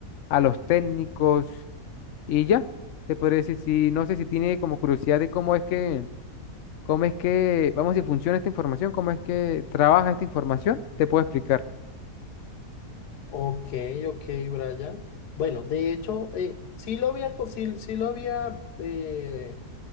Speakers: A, on the left; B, on the left.
A: a los técnicos. Y ya, te podría decir, si no sé si tiene como curiosidad de cómo es que, cómo es que, vamos, si funciona esta información, cómo es que trabaja esta información, te puedo explicar.
B: Ok, ok, Brian. Bueno, de hecho, eh, sí lo había, co- sí, sí lo había eh,